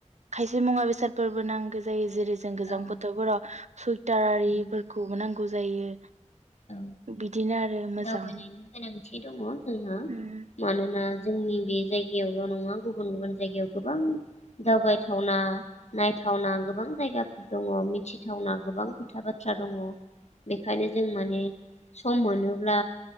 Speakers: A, on the right; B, on the left.
A: खायसे मुवा बेसादफोरबो नांगो जायो। जेरै जों गोजां
B: औ
A: बोथोरफोराव सुइटारारिफोरखौ
B: उम,
A: नांगौ। जायो।
B: औ
A: बिदिनो आरो मोजां
B: दावबायनायनि गोनांथि दङ' जोंहा
A: उम
B: मानोना जोंनि बे जाय इयावल नङा गुबुन गुबुन जायगायाव गोबां दावबायथावना नायथावना गोबां जायगाफोर दङ मिथिथावना गोबां खोथा बाथ्रा दङ। बेखायनो जों माने सम मोनो ब्ला